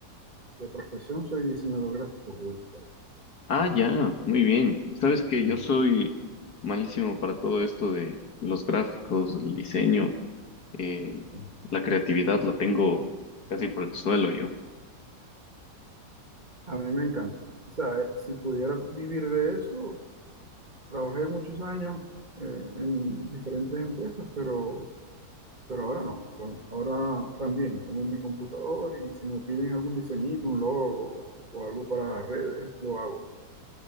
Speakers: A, on the right; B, on the left.
A: de profesión soy diseñador gráfico publicitario.
B: Ah, ya, muy bien. Sabes que
A: Sí,
B: yo soy malísimo para todo esto de los gráficos, el diseño, eh,
A: sí.
B: la creatividad la tengo casi por el suelo yo.
A: A mí me encanta. O sea, eh, si pudiera vivir de eso, trabajé muchos años eh, en diferentes empresas, pero, pero ahora no. Ahora, ahora también tengo mi computador y si me piden algún diseñito, un logo o algo para las redes, lo hago.